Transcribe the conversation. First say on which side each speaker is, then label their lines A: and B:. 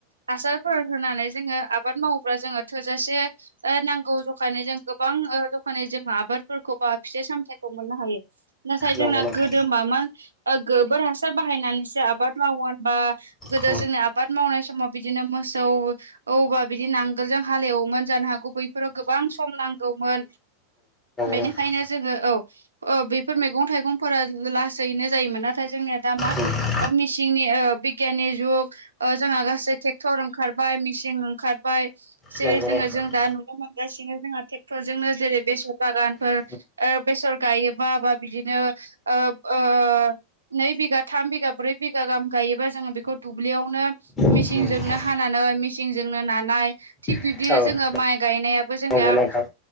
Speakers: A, on the right (about 75°); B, on the left (about 15°).
A: हासारफोर होनानै जोंङो आबाद मावोब्ला जोंङो थोजासे ओ नांगौ जखानि जों गोबां ओ जखानि जोंङो आबादफोरखौ बा फिथाइ सामथाइखौ मोननो हायो। नाथाय जोंना
B: नंगौ नोंथां
A: गोदो मामोन गोबोर हासार बनानै आबाद माव बा जोंनि
B: नंगौ नोंथां नंगौ
A: आबाद मावनाय समाव बिदिनो मोसौ औबा बिदि नांगोलजों हालेवोमोन जानो हागौ बैफोराव गोबां सम नांगौमोन। बेनिखायनो
B: नोंथां
A: जोंङो औ अ बेफोर मैगं थाइगंफोरा लासैनो जायोमोन नाथाय जोंनिया दा मा?
B: औ
A: मिसिंनि बिगियाननि जुग ओ जोंहा गासै ट्रेक्टर ओंखारबाय मेचन ओंखारबाय जेरै
B: नंगौ नोंथां नंगौ
A: जोंङो
B: नोंथां
A: जों दा नुनो मोनगासिनो जोंहा ट्रेक्टरजोंनो जेरै बेसर बागानफोर
B: नंगौ
A: ओ बेसर गायोबा बा बिदिनो ओ ओ नै बिघा थाम बिघा ब्रै बिघा गाहाम गायोबा जोंङो बेखौ दुब्लियावनो
B: नोंथां
A: मेसिंजोंनो हानानै मेसिंजोंनो नानाय थिग बिबदिनो
B: नंगौ नोंथां औ
A: जोंङो माइ गायनायाबो जोंनिया
B: नंगौ नोंथां